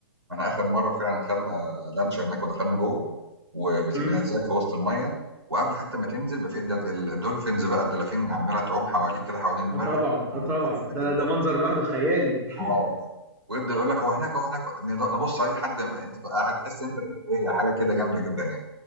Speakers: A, on the right; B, on the right.
A: احنا اخر مره فعلا خدنا لانش هناك ودخلنا جوه وبينزلك
B: إمم.
A: في وسط الميه وقبل حتى ما تنزل بقى في الدل- ال- الدولفينز بقى الدلافين عماله تعوم حواليك كده حوالين المركب
B: آه طبعًا،
A: آه،
B: آه طبعًا،
A: تحفه
B: ده
A: جدا
B: ده منظر لوحده خيالي. <laughs>
A: اه والله ويفضل يقول لك هو هناك هو هناك نض- نبص على اي حد انت بقى قاعد تحس انت ايه هي حاجه كده جامده جدا يعني